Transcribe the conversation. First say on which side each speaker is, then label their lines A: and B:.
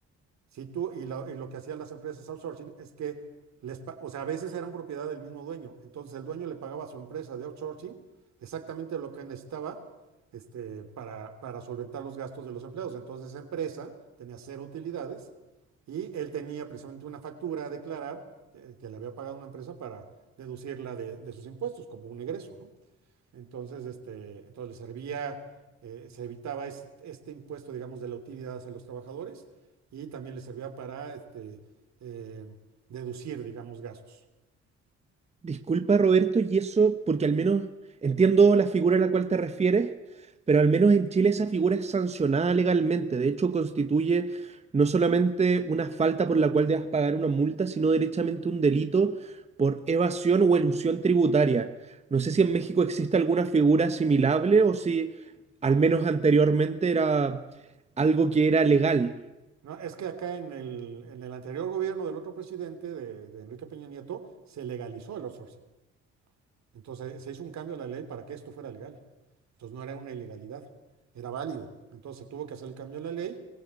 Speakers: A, on the right; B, on the right.
A: Si tú, y, la- y lo que hacían las empresas outsourcing es que les, pa- o sea, a veces eran propiedad del mismo dueño. Entonces el dueño le pagaba a su empresa de outsourcing exactamente lo que necesitaba este, para, para solventar los gastos de los empleados. Entonces esa empresa tenía cero utilidades y él tenía precisamente una factura a declarar eh, que le había pagado una empresa para deducirla de, de sus impuestos como un egreso, ¿no? Entonces, este, entonces les servía, eh, se evitaba es- este, impuesto, digamos, de la utilidad hacia los trabajadores y también les servía para este, eh, deducir, digamos, gastos.
B: Disculpa, Roberto, y eso, porque al menos entiendo la figura a la cual te refieres, pero al menos en Chile esa figura es sancionada legalmente. De hecho, constituye no solamente una falta por la cual debas pagar una multa, sino derechamente un delito por evasión o elusión tributaria. No sé si en México existe alguna figura asimilable o si al menos anteriormente era algo que era legal.
A: No, es que acá en el, en el anterior gobierno del otro presidente, de, de Enrique Peña Nieto, se legalizó el outsourcing. Entonces se hizo un cambio a la ley para que esto fuera legal. Entonces no era una ilegalidad, era válido. Entonces tuvo que hacer el cambio a la ley